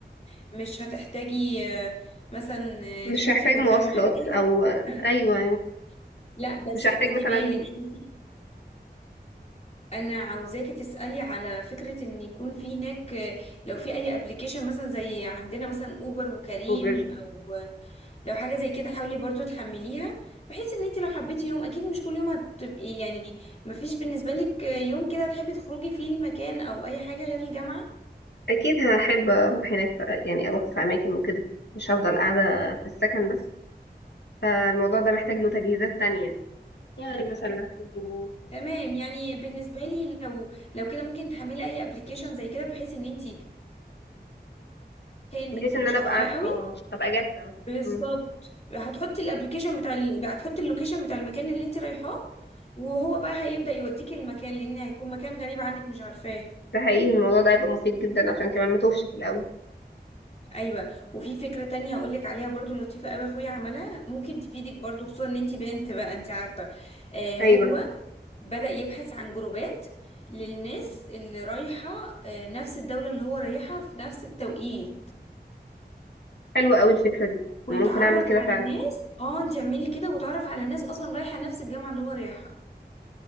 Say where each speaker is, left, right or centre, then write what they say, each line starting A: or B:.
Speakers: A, on the left; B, on the left.
A: مش هتحتاجي آه، مثلا
B: مش
A: آه، شوزي
B: هحتاج
A: كنت
B: مواصلات
A: عامل معاكي
B: او
A: <laughs>
B: ايوه
A: ايه لا بس
B: مش هحتاج
A: خدي
B: مثلا
A: بالك شوفي انا عاوزاكي تسالي على فكره ان يكون في هناك آه، لو في اي ابلكيشن مثلا زي عندنا مثلا اوبر وكريم
B: اوبر
A: او لو حاجه زي كده حاولي برضو تحمليها بحيث ان انت لو حبيتي يوم اكيد مش كل يوم هتبقي يعني مفيش بالنسبه لك آه، يوم كده تحبي تخرجي فيه المكان او اي حاجه غير الجامعه
B: اكيد هحب اروح هناك في... يعني اروح في اماكن وكده مش هفضل قاعدة في السكن بس فالموضوع ده محتاج له تجهيزات تانية يعني مثلا هحتاجه-
A: تمام يعني بالنسبه لي لو لو كده ممكن تحملي اي ابلكيشن زي كده بحيث ان انت كان
B: بحيث
A: انت
B: ان
A: مش
B: انا
A: عارفاه
B: ابقى عارفة
A: قوي
B: اه ابقى جاهزة مثلا
A: بالظبط
B: مم.
A: هتحطي الابلكيشن بتاع ال... هتحطي اللوكيشن بتاع المكان اللي انت رايحاه وهو بقى هيبدأ يوديكي المكان لان هيكون مكان غريب عنك مش عارفاه
B: ده حقيقي الموضوع ده هيبقى مفيد جدا عشان كمان ما توفش في الاول
A: ايوه وفي فكرة تانية هقول لك عليها برضو لطيفة قوي اخويا عملها ممكن تفيدك برضو خصوصا ان انت بنت بقى انت عارفة آه
B: ايوه
A: هو بدأ يبحث عن جروبات للناس اللي رايحة آه نفس الدولة اللي هو رايحها في نفس التوقيت
B: حلوة قوي الفكرة دي
A: ويتعرف
B: ممكن اعمل كده
A: على
B: فعلا
A: الناس اه انت اعملي كده وتعرف على الناس اصلا رايحة نفس الجامعة اللي هو رايحها